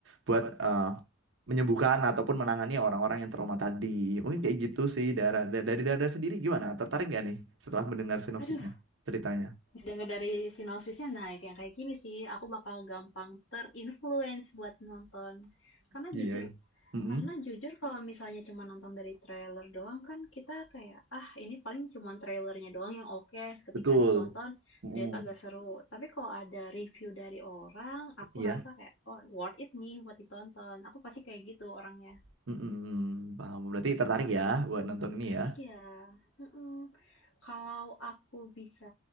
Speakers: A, on the right; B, on the left.
A: buat eh, menyembuhkan ataupun menangani orang-orang yang trauma tadi mungkin kayak gitu sih dari dari dari Dara sendiri gimana tertarik gak nih setelah mendengar sinopsisnya
B: Aduh.
A: ceritanya
B: Dengar dari sinopsisnya, nah itu yang kayak gini sih, aku bakal gampang terinfluence buat nonton. Karena
A: Iya.
B: jujur,
A: Mm-mm,
B: karena jujur kalau misalnya cuma nonton dari trailer doang kan kita kayak, ah ini paling cuma trailernya doang yang oke ketika
A: betul.
B: ditonton
A: Mm-mm.
B: ternyata agak seru. Tapi kalau ada review dari orang, aku
A: Iya.
B: rasa kayak, oh worth it nih buat ditonton. Aku pasti kayak gitu orangnya.
A: Mm-mm, paham. Berarti tertarik
B: Gitu.
A: ya buat nonton ini ya.
B: Iya, mm-mm. Kalau aku bisa,